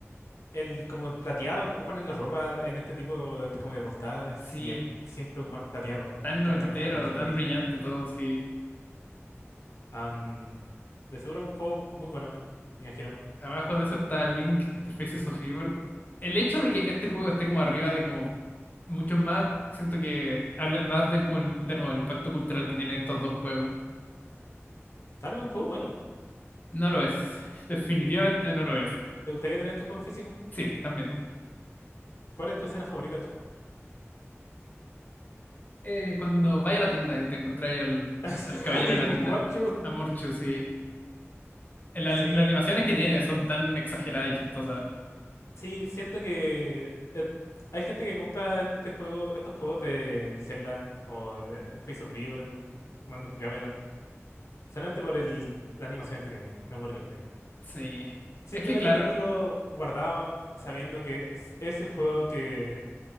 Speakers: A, on the left; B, on the left.
A: el como el plateado que ocupan en la ropa en este tipo de, como de portada, siempre,
B: Sí,
A: siempre ocupan plateado.
B: tan
A: Toda
B: noventero,
A: esta cosa como futurista.
B: tan brillante todo, sí.
A: Am, de seguro un juego muy bueno, me imagino.
B: Abajo de eso está Link de Faces of Evil. El hecho de que este juego esté como arriba de como muchos más, siento que habla más del como el- de nuevo el impacto cultural que tienen estos dos juegos.
A: Tal vez un juego bueno.
B: No lo es. <laughs> Definitivamente no lo es.
A: ¿Te gustaría tener este juego en físico?
B: Sí, también.
A: ¿Cuál es tu escena favorita de tu juego?
B: Eh, cuando vaya a la tienda y te encontráis al,
A: <laughs>
B: al caballero
A: ¿El
B: de la tienda,
A: Morchu?
B: Amorcho, sí. La-
A: Sí.
B: las animaciones que tiene son tan exageradas y chistosas.
A: Sí, siento que et- hay gente que compra este juego, estos juegos de Zelda o de Face of Evil, Wand of Gamelon, solamente por el, las animaciones que tiene, no por gameplay.
B: Sí.
A: Simplemente
B: Es que claro,
A: tenerlo guardado sabiendo que es, es el juego que